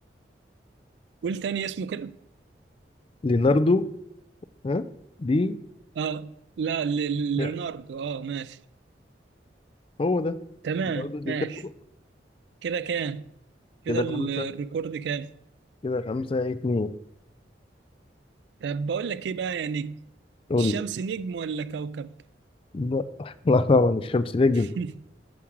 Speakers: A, on the right (about 70°); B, on the left (about 30°).
A: قول تاني اسمه كده
B: ليناردو ها دي
A: اه لا ل- ل-
B: لا،
A: ليوناردو اه ماشي
B: هو ده
A: تمام
B: ليناردو دي
A: ماشي
B: كابريو
A: كده كام كده
B: كده
A: ال-
B: خمسة
A: الريكورد كام
B: كده خمسة اتنين
A: طب بقول لك ايه بقى يعني
B: قول
A: الشمس
B: لي.
A: نجم ولا كوكب
B: لا <laughs> لا طبعا الشمس نجم
A: <laughs>